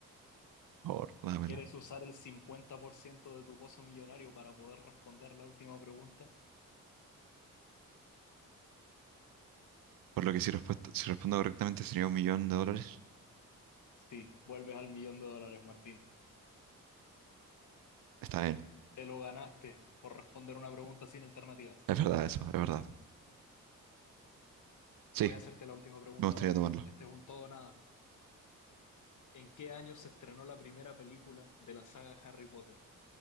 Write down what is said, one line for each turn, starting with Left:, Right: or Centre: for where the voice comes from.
Right: Por favor, dámela.
Left: ¿Quieres usar el 50% de tu pozo millonario para poder responder la última pregunta?
Right: Por lo que si, respuesta- si respondo correctamente sería un millón de dólares.
Left: Sí, vuelves al millón de dólares, Martín.
Right: Está bien.
Left: Te lo ganaste por responder una pregunta sin alternativas.
Right: Es verdad eso, es verdad. Sí,
Left: Voy a hacerte la última pregunta,
Right: me gustaría
Left: Martín.
Right: tomarlo.
Left: Este es un todo o nada. ¿En qué año se estrenó la primera película de la saga Harry Potter?